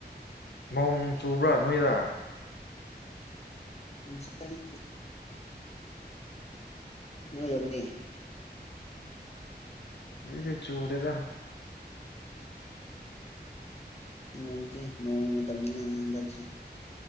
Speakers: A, on the left; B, on the left.
A: ꯅꯣꯡ ꯆꯨꯕ꯭ꯔꯥ ꯅꯣꯏꯗ
B: ꯁꯒꯤ ꯅꯣꯏꯔꯣꯝꯗꯤ
A: ꯏꯗꯤ ꯆꯨꯗꯦꯗ
B: ꯅꯣꯡꯁꯦ ꯅꯣꯡ ꯃꯇꯝꯅꯤꯅ ꯍꯟꯂꯛꯁꯦ